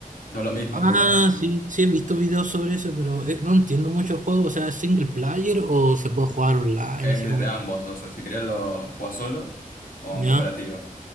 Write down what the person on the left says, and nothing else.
No es lo mismo,
pero
es
de ambos. O sea, si querías lo juegas solo o
en cooperativo.